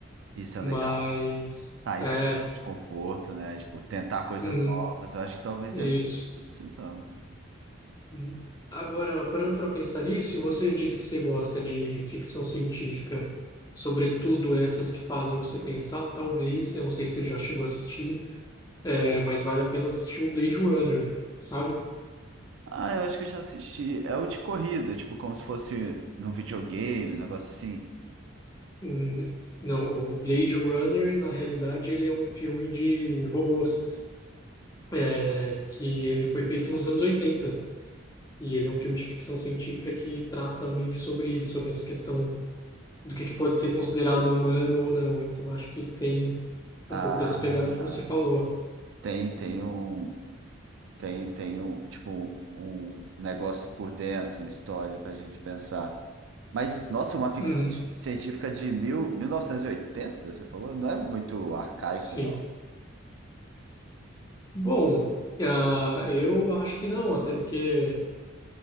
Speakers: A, on the right (about 70°); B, on the left (about 20°).
A: Isso é
B: Mas
A: legal? Sair
B: é,
A: da zona de conforto, né? Tipo, tentar coisas
B: uhum,
A: novas. Eu acho que talvez
B: isso.
A: é isso que eu tô precisando.
B: Hum, Agora, parando para pensar nisso, você disse que você gosta de ficção científica, sobretudo essas que fazem você pensar, talvez, eu não sei se você já chegou a assistir, é, mas vale a pena assistir o Blade Runner, sabe?
A: Ah, eu acho que eu já assisti. É o de corrida, tipo, como se fosse num videogame, um negócio assim.
B: Hum, Não, o Blade Runner, na realidade, ele é um filme de robôs, é, que ele foi feito nos anos 80 e ele é um filme de ficção científica que trata meio que sobre, sobre essa questão do que que pode ser considerado humano ou não. Então, acho que tem
A: Ah,
B: um pouco dessa pegada que você falou.
A: tem, tem um, tem, tem um, tipo, um negócio por dentro, uma história pra gente pensar. Mas, nossa, uma ficção
B: Uhum,
A: científica de mil, 1980, você falou? Não é muito arcaico,
B: sim.
A: não.
B: Bom, ah, eu acho que não, até porque